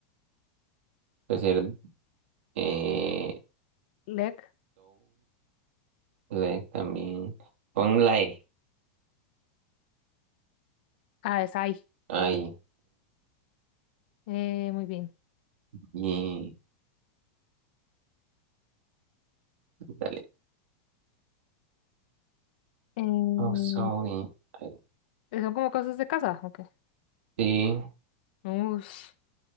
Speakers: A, on the right; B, on the left.
A: Puede ser... Eh,
B: leg.
A: Like también. Pon la E.
B: Ah, es ahí.
A: Ahí.
B: Eh, muy bien.
A: sí. Y dale.
B: Em,
A: Oh, sorry. Ahí,
B: ¿son como cosas de casa? Ok.
A: Sí.
B: Ush.